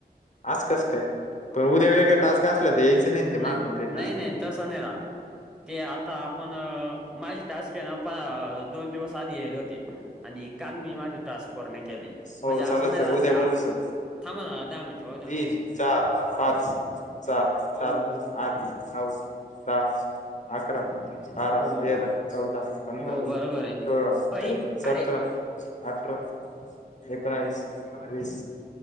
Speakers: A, on the left; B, in the centre.
A: अस कस काय
B: उद्या
A: पण
B: वेगळं
A: वेगळा
B: काम
A: टास्क
B: असल
A: असला
B: ते
A: तर यायचं ते
B: नाही
A: मला कंप्लीट
B: नाही
A: नसल्यामुळे
B: नाही तस नाही राहत ते आता आपण अ माझी टास्क येना पण दोन दिवस आधी येल होते आणि काल मी माझे टास्क पूर्ण केले
A: हो
B: म्हणजे
A: चालेल
B: असं नाही
A: सर
B: अच्छा
A: उद्या बोलू सर
B: अ थांबा ना दहा होऊ द्या
A: तीन
B: ना
A: चार पाच सहा
B: हो
A: सात
B: हो
A: आठ नऊ दस अकरा बारा
B: हो
A: तेरा चौदा पंधरा
B: हो बरोबर आहे.
A: सोळा
B: पै
A: सतरा
B: अरे
A: अठरा एकोनावीस वीस